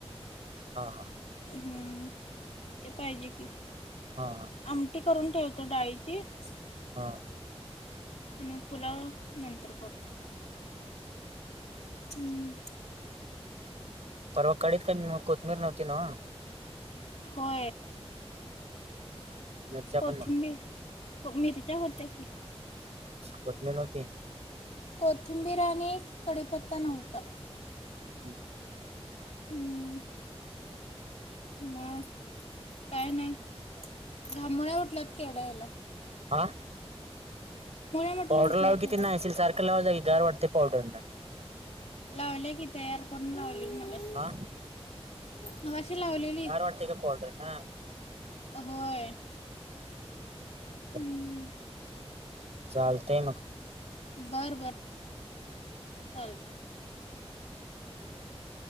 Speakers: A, on the right (about 85°); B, on the left (about 85°).
A: हा हा
B: हम्म ते पाहिजे की
A: हा
B: आमटी करून ठेवते. तो डाईची <unintelligible>
A: हा
B: आणि मग पुलाव नंतर करतो. हम्म
A: परवा कळीत काण कोथमीर नव्हती नव.
B: हो
A: मिरच्या
B: कोथिंबीर
A: पण
B: मिरच्या करतोय की
A: कोतमील होती.
B: कोथिंबीर आणि कडीपत्ता नव्हता.
A: हम्
B: हम्म म काय नाही. घामोळ्या उठल्यात केवढ्या हेला.
A: आा
B: म्हटलं
A: पावडर
B: उठल्या
A: लाव
B: त्याला
A: किती नाइशील सारखं लावा जा की गार वाटते पावडर न
B: लावले की तयार करून लावलेली मगाशी
A: हा
B: मगाशी लावलेली
A: गार वाटय काय पावडरीन हा
B: होय. हम्म,
A: ब <inaudible> चालतय मग
B: बरं बर चालतय.